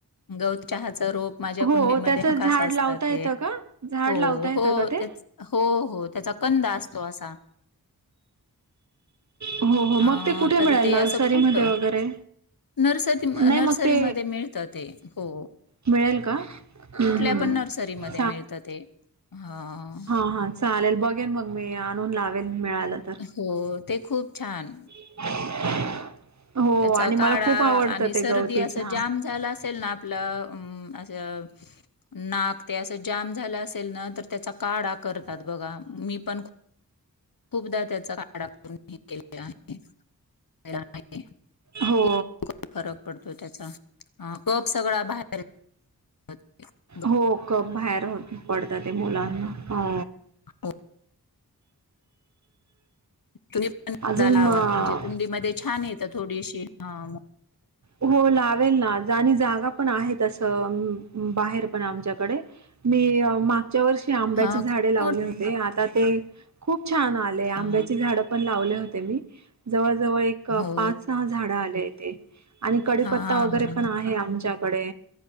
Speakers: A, on the left (about 65°); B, on the right (about 50°).
A: गवतचहा च रोप माझ्या
B: हो
A: कुंडीमध्ये
B: त्याचं
A: हमखास
B: झाड
A: असत
B: लावता
A: ते.
B: येतं का? झाड
A: हो,
B: लावता येतं
A: हो
B: का ते?
A: तेचं. हो-हो त्याचा कंदा असतो असा.
B: हो हो मग
A: अं
B: ते कुठे
A: तर
B: मिळेल
A: ते
B: नर्सरीमध्ये
A: असं फुट
B: वगैरे?
A: नर्सरी,
B: नाही
A: नर्सरीमध्ये
B: मग ते
A: मिळत ते हो.
B: मिळेल का? हम्म
A: कुठल्या
B: हम्म
A: पण नर्सरीमध्ये मिळत ते. हा.
B: ह-हा चालेल बघेन मग मी आणून लावेल मिळालं तर.
A: हो ते खूप छान.
B: <inaudible>
A: त्याचा
B: आणि मला
A: काढा,
B: खूप आवडतं
A: आणि
B: ते
A: सर्दी
B: गवती
A: असं
B: चहा.
A: जाम झालं असेल ना. आपला हम्म असं नाक ते असं जाम झालं असेल ना, तर त्याचा काढा करतात बघा, मी पण खूप खूपदा त्याचा काढा करून पिलेला आहे. पिलेला आहे.
B: हो.
A: खूप फरक पडतो त्याचा, कप सगळा बाहेर अ <unintelligible>
B: हो, कप बाहेर पडत ते, मुलांना हो.
A: हो, तुम्ही पण
B: अजून
A: लावा
B: म
A: म्हणजे कुंडी म छान येत थोडीशी ह.
B: हो लावेल ना आणि जागा पण आहे तस, बाहेर पण आमच्याकडे. मी मा च्या वर्षी आंब्याची
A: हा
B: झाडे
A: खूप
B: लावले
A: मोठं
B: होते, आता ते खूप छान आले. आंब्याची
A: हा
B: झाड पण लावले होते मी, जवळ-जवळ एक, पाच,
A: हो
B: सहा झाड आले ते. आणि कडीपत्ता
A: हा
B: वगैरे
A: हा
B: पण आहे आमच्याकडे.